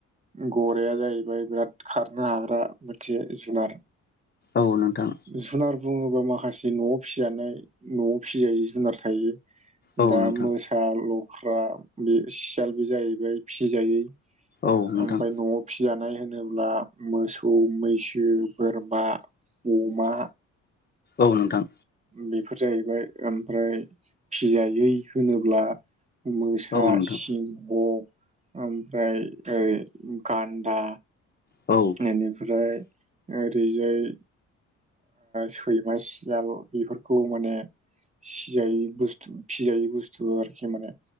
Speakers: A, on the right; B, on the left.
A: गराइआ जाहैबाय बिराद खारनो हाग्रा मोनसे जुनार
B: औ नोंथां
A: जुनार बुङोबा माखासे नवाव फिजानाय नवाव फिजायो जुनार थायो
B: औ
A: दा
B: नोंथां
A: मोसा लख्रा बे सियाल बे जाहैबाय फिसि जायै
B: औ नोंथां
A: ओमफ्राय नवाव फिजानाय होनोब्ला मोसौ मैसो बोरमा, अमा
B: औ नोंथां
A: बेफोर जाहैबाय ओमफ्राय फिसि जायै होनोब्ला मोसा
B: औ नोंथां
A: सिंह ओमफ्राय ओ गान्दा
B: औ
A: बेनिफ्राय ओरैजाय सैमा सियाल बेफोरखौ माने फिजायै बुस्थु फिजायै बुस्थु आरोखि माने